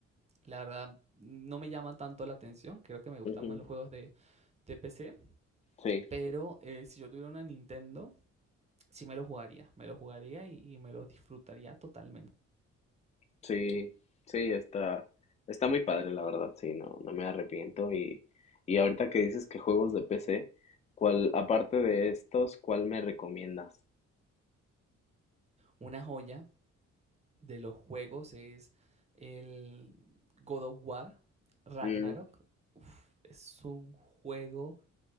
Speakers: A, on the right (about 20°); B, on the left (about 25°).
A: la verdad no me llama tanto la atención, creo que me gustan
B: Ujú,
A: más los juegos de, de PC,
B: Sí,
A: pero eh, si yo tuviera una Nintendo, sí me lo jugaría, me lo jugaría y y me lo disfrutaría totalmente.
B: sí, sí, está, está muy padre, la verdad, sí, no, no me arrepiento. Y, y ahorita que dices que juegos de PC, ¿cuál, aparte de estos, cuál me recomiendas?
A: Una joya de los juegos es el God of War, Ragnarok.
B: Mm,
A: Uf, es un juego